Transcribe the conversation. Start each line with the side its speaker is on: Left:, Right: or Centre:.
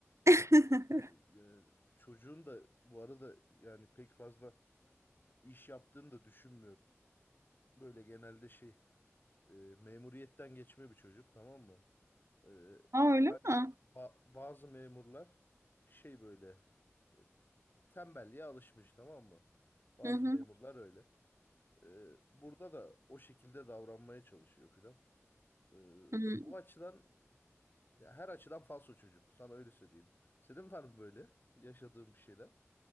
Right: <laughs>
Left: Ee, yani çocuğun da bu arada yani pek fazla iş yaptığını da düşünmüyorum. Böyle genelde şey e, memuriyetten geçme bir çocuk tamam mı? Ee,
Right: Ha
Left: haliyle
Right: öyle mi?
Left: ba- bazı memurlar şey böyle e, tembelliğe alışmış tamam mı? Bazı
Right: Hı hı.
Left: memurlar öyle. Ee, burada da o şekilde davranmaya çalışıyor filan. Ee,
Right: Hı. hı.
Left: o açıdan ya her açıdan falso çocuk. Sana öyle söyleyeyim. Senin var mı böyle yaşadığın bir şeyler?